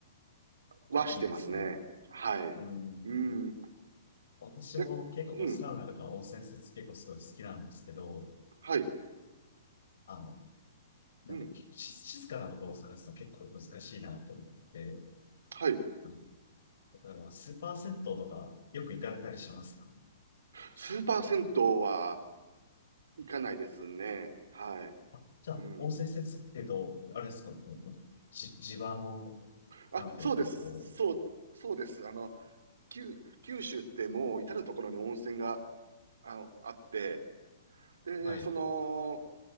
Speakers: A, on the right (about 90°); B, on the left (about 75°).
A: はしてますね。
B: あいいですね。
A: はい。
B: うん。
A: うん。
B: 私も結構こうサウナとか温泉施設結構すごい好きなんですけど、
A: や、うん。はい。
B: あの、なんて結構し静かなところを探すの結構難しいなと思って、
A: うん。はい。
B: あの、例えばスーパー銭湯とかよく行かれたりしますか
A: スーパー銭湯は、行かないですね。はい。
B: あ、じゃあ温泉施設っていうと、
A: うん。
B: あれですか、じ、地場の、
A: あ、
B: なんというかこ
A: そうです。そう、そうです。あの、きゅ九州ってもう至るところに温泉が、あの、あって、で、
B: う、はい、
A: その